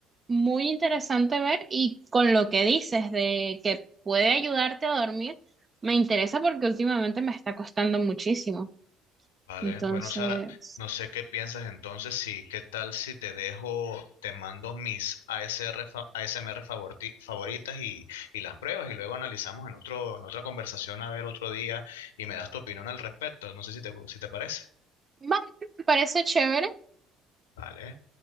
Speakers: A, on the right; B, on the left.
A: muy interesante ver y con lo que dices de que puede ayudarte a dormir, me interesa porque últimamente me está costando muchísimo.
B: Vale,
A: Entonces,
B: bueno, Sara, no sé qué piensas entonces, sí, ¿qué tal si te dejo, te mando mis ASR, fa- ASMR favorti- favoritas y, y las pruebas y luego analizamos en otro, en otra conversación a ver otro día y me das tu opinión al respecto? No sé si te, si te parece.
A: vale, me parece chévere.
B: Vale.